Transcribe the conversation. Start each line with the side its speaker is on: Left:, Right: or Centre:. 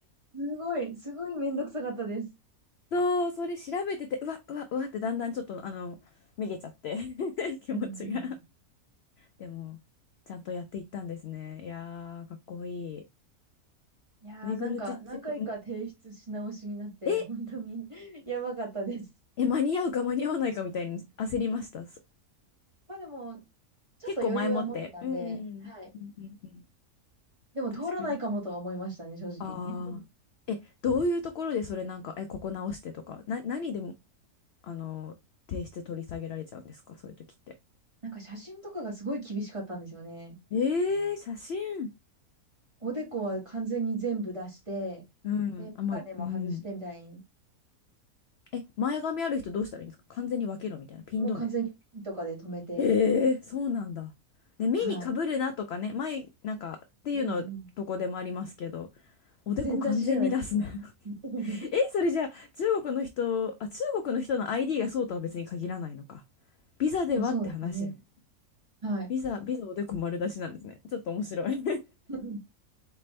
Right: すごい、すごいめんどくさかったです。
Left: そう、それ調べてて、うわ、うわ、うわってだんだんちょっと、あの、めげちゃって <laughs> 気持ちが。
Right: うんうんうん。
Left: でも、ちゃんとやっていったんですね。いやー、かっこいい。
Right: いやー、
Left: ウイグル自治区、
Right: なんか、何回か提出し直しになって、
Left: うんえ、
Right: 本当に <laughs> やばかったです。
Left: え、間に合うか間に合わないかみたいに焦りました。す
Right: まあでも、ちょっと余裕は持ってたんで、
Left: 結構前もって。うん。うんうんうん。
Right: はい。でも、
Left: 確かに。
Right: 通らないかもとは思いましたね、正直。
Left: ああ。
Right: <laughs>
Left: え、どういうところでそれなんか、え、ここ直してとか、な、何でも、あの、提出取り下げられちゃうんですか、そういう時って。
Right: なんか、写真とかがすごい厳しかったんですよね。
Left: えー、写真。
Right: おでこは完全に全部出して、
Left: うん。
Right: で、メガネも外してみたいに、
Left: あ、まあ、うん。え、前髪ある人どうしたらいいんですか完全に分けろみたいな。ピン止め。
Right: もう完全にピンとかで止めて、
Left: ええそうなんだ。ね、目にかぶるなとかね、
Right: はい。
Left: 前、なんか、っていうの、
Right: うんうん。
Left: どこでもありますけど、おでこ完全に出すな
Right: 全出しじゃないといけない。<laughs>
Left: <laughs> え、それじゃあ、中国の人、あ、中国の人の ID がそうとは別に限らないのか。ビザではって話やん。
Right: まあ、そうですね。はい。
Left: ビザ、ビザおでこ丸出しなんですね。ちょっと面白い
Right: <laughs>